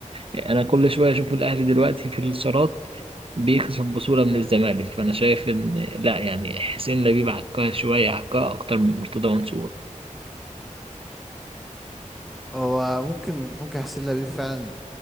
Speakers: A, on the right; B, in the centre.
A: انا كل شوية اشوف الاهلي دلوقتي في الصالات بيكسب بطولة من الزمالك فانا شايف ان لا يعني حسين لبيب عكها شوية عكها اكتر من مرتضى منصور
B: هو ممكن ممكن سيلا بيب فعلا